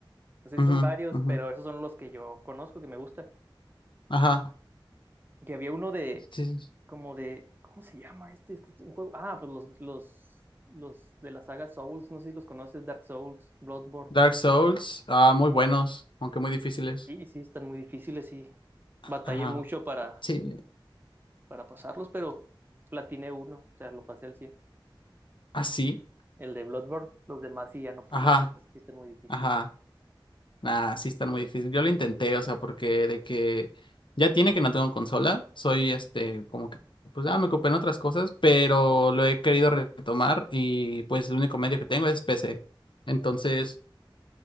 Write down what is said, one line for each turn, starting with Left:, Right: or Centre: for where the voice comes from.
Right: No sé si
Left: ujú,
Right: son varios,
Left: ujú.
Right: pero esos son los que yo conozco, que me gustan.
Left: Ajá,
Right: Que había uno de,
Left: sí. sí, sí.
Right: como de, ¿cómo se llama este? Es que es un juego. Ah, pues los, los, los de la saga Souls, no sé si los conoces, Dark Souls, Bloodborne.
Left: Dark Souls, ah, muy buenos, aunque muy difíciles.
Right: Sí, sí, están muy difíciles y batallé
Left: Ajá.
Right: mucho para,
Left: Sí.
Right: para pasarlos, pero platiné uno, o sea, lo pasé al cien
Left: Así.
Right: El de Bloodborne, los demás sí ya no pude,
Left: Ajá.
Right: sí, sí están muy difíciles.
Left: Ajá. Nah, sí están muy difícil. Yo lo intenté, o sea, porque de que ya tiene que no tengo consola. Soy este, como que, pues ya me ocupé en otras cosas, pero lo he querido retomar y pues el único medio que tengo es PC. Entonces